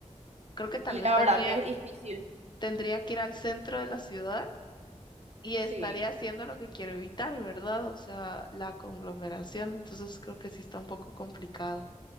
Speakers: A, on the left (about 35°); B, on the right (about 60°).
A: Creo que tal
B: Y
A: vez
B: la
A: tendría,
B: verdad que es difícil.
A: tendría que ir al centro de la ciudad y estaría
B: Sí.
A: haciendo lo que quiero evitar, ¿verdad? O sea, la conglomeración. Entonces creo que sí está un poco complicado.